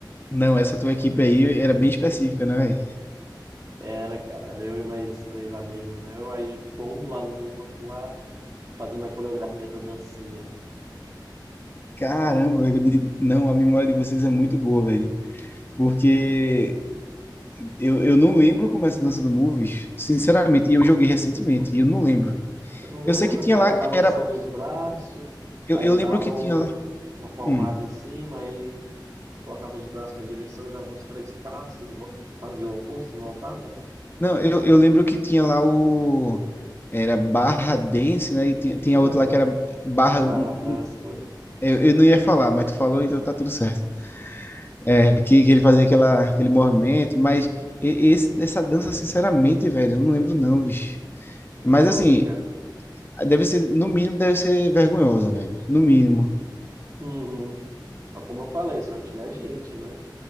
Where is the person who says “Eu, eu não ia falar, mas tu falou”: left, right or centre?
Left